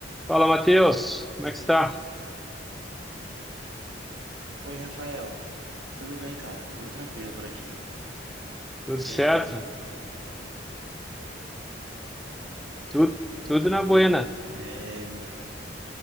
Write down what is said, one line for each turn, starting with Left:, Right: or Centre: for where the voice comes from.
Centre: Fala, Matheus. Como é que está?
Right: Oi, Rafael. Tudo bem, cara? Tudo tranquilo por aqui.
Centre: Tudo certo?
Right: E aí, contigo?
Centre: Tudo, tudo
Right: Boa.
Centre: na buena.
Right: É,